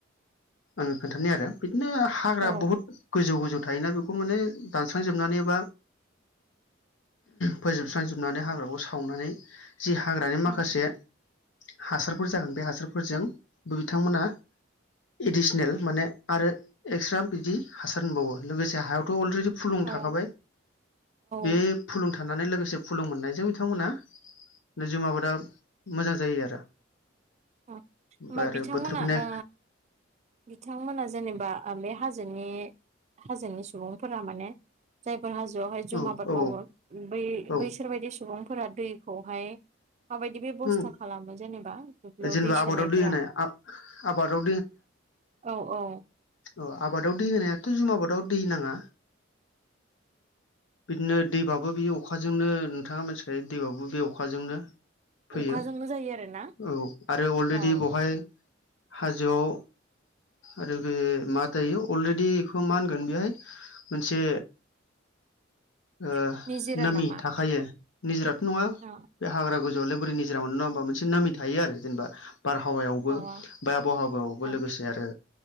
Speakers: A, on the left (about 80°); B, on the right (about 35°).
A: आङो खोन्थानि आरो बिदिनो हाग्रा
B: औ
A: बुहुत गोजौ गोजौ थायोना बे बेखौ माने दानस्रांजोबनानै एबा फोजोबस्रांजोबनानै हाग्राखौ सावनानै जि हाग्रानि माखासे
B: ओम
A: हासारफोर जागोन बे हासारफोरजों बो बिथांमोना एदिसनेल माने आरो एक्सट्रा बिदि हासार होनबावो लोगोसे हायाव थ' अलरेडि फुलुं
B: औ
A: थाखाबाय बे
B: औ
A: फुलुं थानानै लोगोसे फुलुं मोननायजों बिथांमोना <unintelligible> आबादा मोजां जायो आरो
B: होमबा
A: ओमफ्राय आरो
B: बिथांमोना
A: बोथोर फैनाय
B: ओ बिथांमोना जेनेबा ओ बे हाजोनि। हाजोनि सुबुंफोरा माने जाय हाजोआवहाय जुम
A: औ
B: आबाद
A: औ
B: मावो बै
A: औ
B: बैसोर बायदि सुबुंफोरा दैखौहाय माबायदि बेब'स्था
A: उम
B: खालामो जेनेबा दुब्लियाव
A: जेनेबा
B: दै सोनायफोरा।
A: आबादाव होनाय आबादाव
B: औ औ।
A: अ आबादाव दै होनायाथ' जुम आबादाव दै नाङा। बिदिनो दैबाबो बे अखाजोंनो नोंथाङा मिथिखायो दैबाबो बे अखाजोंनो फैयो
B: अखाजोंनो जायो आरो ना
A: औ आरो अलरेडि
B: औ
A: बेवहाय हाजोआव आरो बे माथायो अलरेडि बेखौ मा होनगोन बेहाय मोनसे
B: <inaudible>
A: ओ
B: निजिरा
A: नामि
B: नामा
A: थाखायो निजोराथ' नङा
B: अ
A: बे हाग्रा गो जलाय बोरै निजोरा मोन नङा होमबा मोनसे नामि थायो आरो जेनेबा बारहावायावबो
B: अ
A: बा आबहावायावबो
B: अ
A: लोगोसे आरो